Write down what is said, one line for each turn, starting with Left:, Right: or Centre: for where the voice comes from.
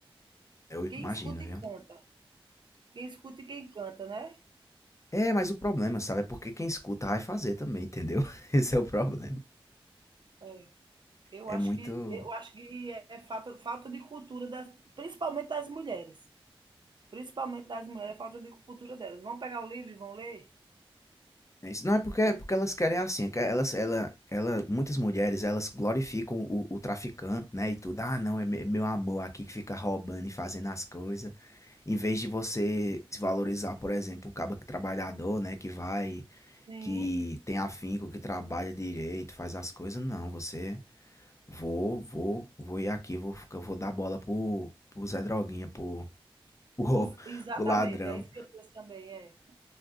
Left: Eu imagino,
Right: Quem escuta e
Left: viu?
Right: canta. Quem escuta e quem canta, né?
Left: É, mas o problema, sabe, é porque quem escuta vai fazer também, entendeu? <laughs> Esse é o problema.
Right: É. Eu
Left: É
Right: acho
Left: muito,
Right: que, eu acho que é é falta, falta de cultura, das, principalmente das mulheres. Principalmente das mulheres, é falta de cultura delas. Vão pegar o livro e vão ler?
Left: É isso. Não, é porque, é
Right: Eu-
Left: porque elas querem assim, é que elas, ela, ela, muitas mulheres, elas glorificam o, o traficante, né, e tudo, ah, não, é me- é meu amor aqui que fica roubando e fazendo as coisas, em vez de você se valorizar, por exemplo, o cabo que trabalhador, né, que vai,
Right: sim,
Left: que tem afinco, que trabalha direito, faz as coisas, não, você, vou, vou, vou ir aqui, vou, ficar- vou dar bola pro, pro Zé Droguinha, pro, pro,
Right: Os- exatamente,
Left: <laughs> pro ladrão.
Right: é isso que eu penso também. É,